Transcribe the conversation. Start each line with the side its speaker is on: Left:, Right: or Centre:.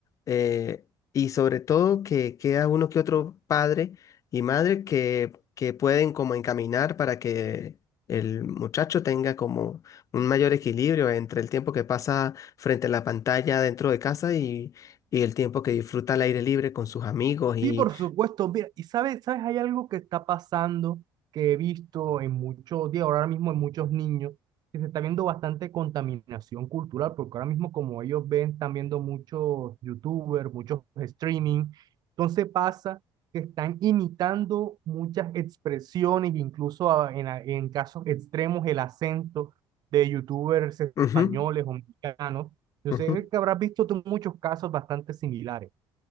Left: eh, y sobre todo que queda uno que otro padre y madre que, que pueden como encaminar para que el muchacho tenga como un mayor equilibrio entre el tiempo que pasa frente a la pantalla dentro de casa y, y el tiempo que disfruta al aire libre con sus amigos y...
Right: Sí, por supuesto. Mira, y sabes, sabes, hay algo que está pasando que he visto en muchos días, ahora mismo en muchos niños, que se está viendo bastante contaminación cultural, porque ahora mismo como ellos ven, están viendo muchos youtubers, muchos streaming. Entonces pasa que están imitando muchas expresiones, incluso a- en, a- en casos extremos el acento de youtubers españoles
Left: Ujú,
Right: o mexicanos. Yo
Left: ujú.
Right: sé que habrás visto tú muchos casos bastante similares.